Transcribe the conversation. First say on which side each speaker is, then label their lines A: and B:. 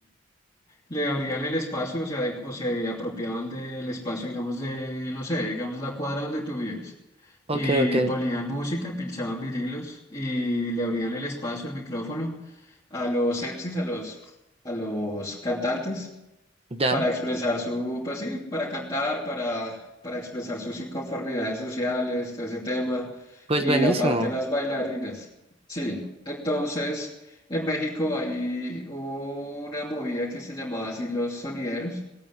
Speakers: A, on the left; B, on the right.
A: le abrían el espacio, o sea, de- o se apropiaban del espacio, digamos, de, no sé, digamos la cuadra donde tú vives.
B: Ok,
A: Y
B: ok.
A: ponían música, pinchaban vinilos y le abrían el espacio, el micrófono a los MCs, a los, a los cantantes
B: Ya.
A: para expresar su, pues sí, para cantar, para, para expresar sus inconformidades sociales, todo ese tema,
B: Pues
A: y
B: buenísimo.
A: aparte las bailarinas. Sí, entonces en México ahí hubo una movida que se llamaba así los sonideros.